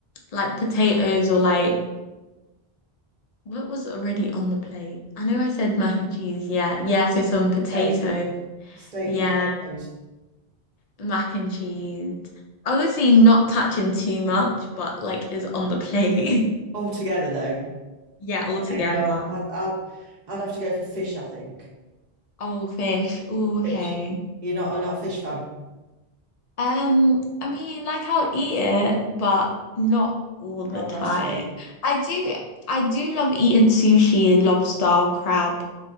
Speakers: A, on the left; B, on the right.
A: like potatoes or like what was already on the plate? I know I said mac and cheese, yeah. Yeah, so some potato,
B: Steak, steak
A: yeah,
B: and potatoes
A: mac and cheese. Obviously not touching too much, but like is on the plate. <laughs>
B: all together though.
A: Yeah,
B: Okay,
A: all together.
B: no, I'd, I'd I'd have to go for fish. I think
A: Oh, fish. Oh, okay.
B: fish. You're not I'm not a fish fan.
A: Um, I mean, like I'll eat it, but not all the
B: I'd rather
A: time.
B: have steak.
A: I do, I do love eating sushi, lobster, crab.